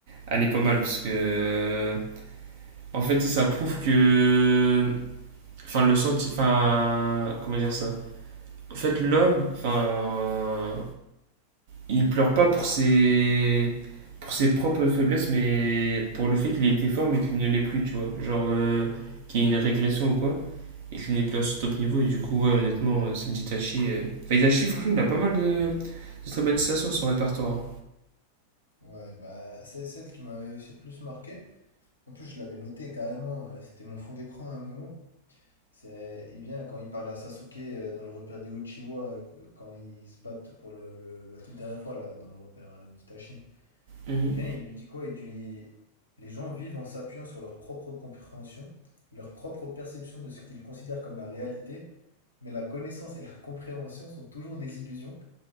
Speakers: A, on the right; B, on the left.
A: elle est pas mal parce que en fait, ça prouve que, enfin, le senti, enfin, comment dire ça, en fait, l'homme, enfin, il pleure pas pour ses, pour ses propres faiblesses, mais pour le fait qu'il ait été fort, mais qu'il ne l'est plus, tu vois. Genre, euh,
B: Mhm.
A: qu'il y ait une régression ou quoi, et qu'il n'est plus à son top niveau, et du coup, ouais, honnêtement, euh, celle d'Itachi. euh, Enfin, Itachi, franchement, il a pas mal de, de très bonnes citations à son répertoire.
B: Ouais, bah, c'est celle qui m'avait aussi le plus marqué. En plus, je l'avais noté carrément, euh, c'était mon fond d'écran à un moment. C'est, il vient quand il parle à Sasuke euh, dans le repère des Uchiwa, euh, quand ils se battent pour le, le- la toute dernière fois, là, dans le repère euh, d'Itachi.
A: hein.
B: Il vient, il lui dit quoi? Il dit, les gens vivent en s'appuyant sur leur propre compréhension, leur propre perception de ce qu'ils considèrent comme la réalité, mais la connaissance et la compréhension sont toujours des illusions.